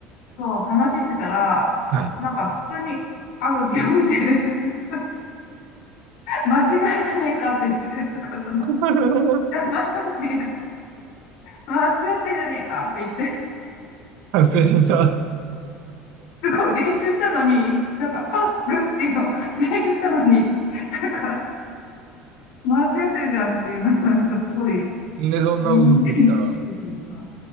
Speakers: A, on the left; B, on the right.
A: そう、話してたら、
B: はい。はい。は
A: なんか普通に、アグって呼んでて <laughs> 間違いじゃねえかって言って、なんかその、
B: い。
A: 前がね間違ってんじゃねえかって言って、
B: 外れた。
A: すごい練習したのに、なんか、あ、グっていうの、練習したのに、なんか、間違ってるじゃんっていうのが、なんかすごい
B: なんでそんな嘘ついた
A: 思い出になるというか、
B: <laughs>